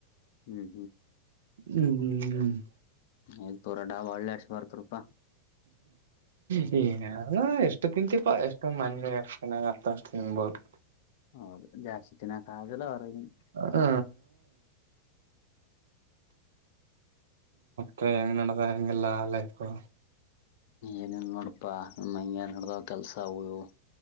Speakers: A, on the left; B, on the right.
A: ಹ್ಮ್
B: ಹ್ಮ್ ಹ್ಮ್ ಹ್ಮ್.
A: ಯ್ ತೋರ್ ಡಾಬಾ ಅಳ್ ಆಡ್ಸ ಬರ್ತ್ರೂಪಾ.
B: ಹ್ಮ್ಮ ಏನೊ ಎಷ್ಟು ತಿಂತಿ ಪ್ಪ ಎಷ್ಟೊ ಮನ್ ಎಷ್ಟ ಚೆನ್ನಾಗ್ ಆತ್ತ ಅಷ್ಟು ತಿನ್ಬೋದು.
A: ಹೌದು ಜಾಸ್ತಿ ತಿನ್ನಕ್ ಆಗಿಲ್ಲ ಹೊರಗಿನ್.
B: ಹ್ಮ ತೆ ಹೆಂಗ್ ನಡದ ಹೆಂಗೆಲ್ಲ ಲೈಫು.
A: ಏನಿಲ್ ನೋಡ್ಪಾ ನಮ್ ಹಂಗೆ ನಡ್ದಾವ್ ಕೆಲ್ಸ ಅವು ಇವು.